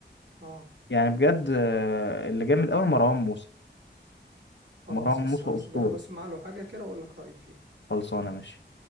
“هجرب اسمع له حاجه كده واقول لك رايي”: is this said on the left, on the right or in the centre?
Right